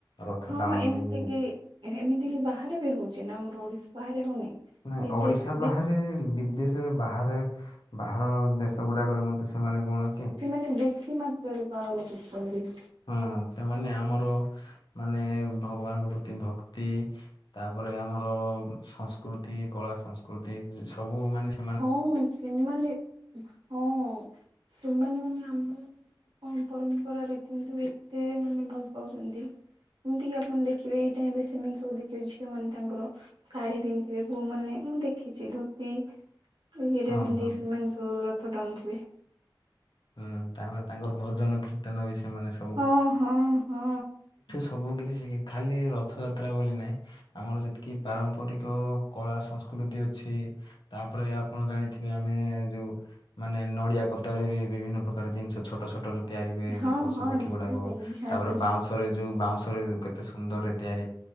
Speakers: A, on the left; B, on the right.
A: ରଥ
B: ହଁ
A: ଟାଣନ୍ତି।
B: ଏମିତି କି ଏମିତି କି ବାହାରେ ବି ହଉଚି ନା ଆମର ଓଡିଶା ବାହାରେ ହଉନି।
A: ନାଇ
B: ବିଦେଶ
A: ଓଡିଶା ବାହାରେ ବିଦେଶରେ ବାହାରେ ବାହାର ଦେଶ ଗୁଡାକରେ ମଧ୍ୟ ସେମାନେ କଣ କି
B: ମାନେ ବେଶୀ ମାତ୍ରାରେ ପାଳନ କରୁଚନ୍ତି।
A: ହଁ ସେମାନେ ଆମର ମାନେ ଭଗବାନଙ୍କ ପ୍ରତି ଭକ୍ତି ତାପରେ ଆମର ସଂସ୍ ସ୍କୃତି କଳା ସଂସ୍କୃତି ଯେ ସବୁ ମାନେ ସେ
B: ହଁ ସେମାନେ ହଁ ସେମାନେ ମାନେ ଆମର କଣ ପରମ୍ପରା ରୀତିନୀତି ଏତେ ମାନେ ଭଲ ପାଉଚନ୍ତି ଏମିତି କିି ଆପଣ ଦେଖିବେ ଏଇ ଟାଇମ୍ ରେ ସେମାନେ ସବୁ ଦେଖିବେ ଝିଅ ମାନେ ତାଙ୍କର ଶାଢୀ ପିନ୍ଧିବେ ପୁଅ ମାନେ ମୁଁ ଦେଖିଚି ଧୋତି ଉଁ ଇଏରେ
A: ହଁ
B: ପିନ୍ଧିକି
A: ହଁ
B: ସେମାନେ ସବୁ ରଥ ଟାଣୁଥିବେ।
A: ହୁଁ ତାପରେ ତାଙ୍କର ଭଜନ କୀର୍ତ୍ତନ ବି ସେମାନେ ସ
B: ହଁ ହଁ ହଁ।
A: ସବୁ କିଛି ଶିଖେ ଖାଲି ରଥଯାତ୍ରା ବୋଲି ନାହିଁ ଆମର ଯେତିକି ପାରମ୍ପରିକ କଳା ସଂସ୍କୃତି ଅଛି। ତାପରେ ଆପଣ ଜାଣିଥିବେ ଆମେ ଯୋଉ ମାନେ ନଡିଆ କତାରେ ବି ବିଭିନ୍ନ ପ୍ରକାର ଜିନିଷ ଛୋଟ ଛୋଟ ର ତିଆରି ହୁଏ ଏମିତି
B: ହଁ
A: ପଶୁ
B: ହଁ
A: ପକ୍ଷୀ
B: ନିହାତି
A: ଗୁଡାକ
B: ନିହାତି
A: ତାପରେ ବାଉଁଶରେ ଯୋଉ ବାଉଁଶରେ କେତେ ସୁନ୍ଦରରେ ତିଆରି